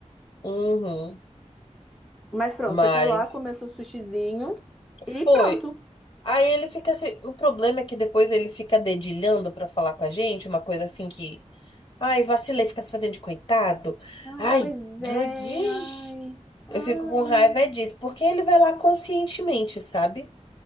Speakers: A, on the left; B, in the centre.
A: Uhum.
B: Mas pronto,
A: Mas
B: você foi lá, comeu seu sushizinho e
A: foi.
B: pronto.
A: Aí ele fica assim. O problema é que depois ele fica dedilhando pra falar com a gente, uma coisa assim que. Ai, vacilei, fica se fazendo de coitado.
B: Ai,
A: Ai,
B: pois
A: doidinho.
B: é, ai, ai.
A: Eu fico com raiva é disso, porque ele vai lá conscientemente, sabe?